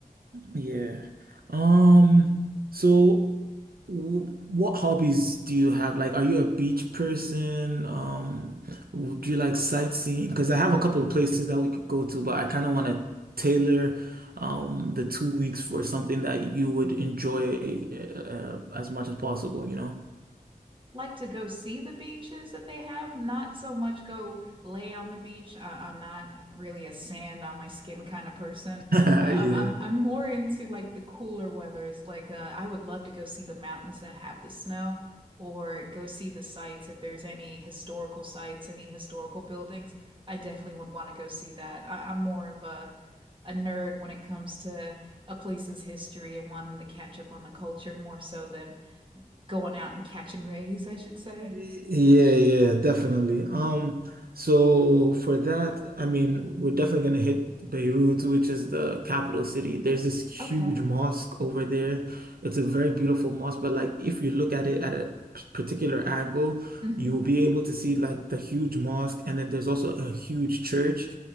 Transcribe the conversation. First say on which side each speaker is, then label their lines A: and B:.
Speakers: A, on the right; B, on the right.
A: Yeah. Um, so w what hobbies do you have? Like, are you a beach person? Um, w- Do you like sightseeing? Because I have a couple of places that we could go to, but I kind of want to tailor um the two weeks for something that you would enjoy uh, as much as possible, you know?
B: like to go see the beaches that they have, not so much go lay on the beach. I I'm not really a sand on my skin kind of person.
A: <laughs>
B: Um,
A: Yeah.
B: I'm I'm more into like the cooler weathers. Like uh, I would love to go see the mountains that have the snow, or go see the sites if there's any historical sites, any historical buildings. I definitely would want to go see that. I, I'm more of a a nerd when it comes to a place's history and wanting to catch up on the culture more so than going out and catching rays, I should say.
A: Yeah, yeah, definitely. Um, so for that, I mean, we're definitely gonna hit Beirut, which is the capital city. There's this huge
B: Okay.
A: mosque over there. It's a very beautiful mosque, but like if you look at it at a particular angle,
B: hmm
A: you will be able to see like the huge mosque, and then there's also a huge church,